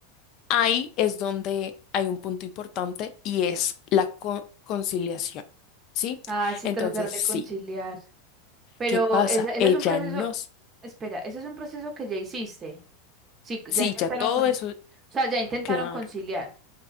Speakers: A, on the left; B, on the right.
A: Ahí es donde hay un punto importante y es la co- conciliación, ¿sí?
B: ay, sí,
A: Entonces,
B: tratar de
A: sí,
B: conciliar. Pero
A: ¿qué pasa?
B: ese, ese
A: Ella
B: es un proceso,
A: nos...
B: espera, ese es un proceso que ya hiciste. Sí,
A: Sí,
B: ya intentaron
A: ya todo
B: conci-
A: eso,
B: o sea, ya intentaron
A: claro.
B: conciliar.